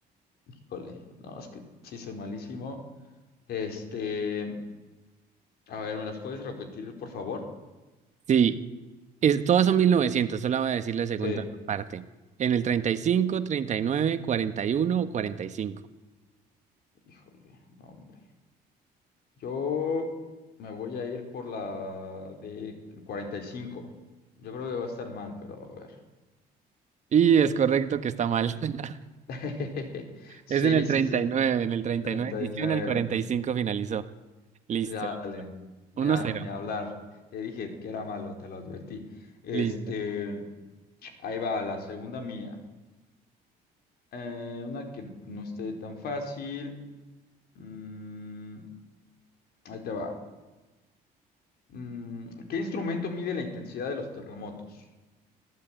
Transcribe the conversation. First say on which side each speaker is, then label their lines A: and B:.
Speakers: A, on the left (about 70°); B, on the right (about 45°).
A: híjole, no, es que sí soy malísimo. Este, a ver, ¿me las puedes repetir, por favor?
B: Sí, es- todos son 1900, solo voy a decir la segunda
A: Sí.
B: parte. En el 35, 39, 41 o 45.
A: Híjole, no, hombre. Yo me voy a ir por la de 45. Yo creo que va a estar mal, pero a ver.
B: Y cinco. Y es correcto que está mal. <laughs>
A: <laughs> Sí,
B: Es en el
A: sí,
B: 39,
A: sí.
B: en el 39
A: 39.
B: inició, en el 45 finalizó. Listo.
A: Dale. Ni,
B: 1-0.
A: a- ni hablar. Te dije que era malo, te lo advertí. Este,
B: Listo.
A: ahí va, la segunda mía. Eh, una que no esté tan fácil. Mm, ahí te va. Mm, ¿qué instrumento mide la intensidad de los terremotos?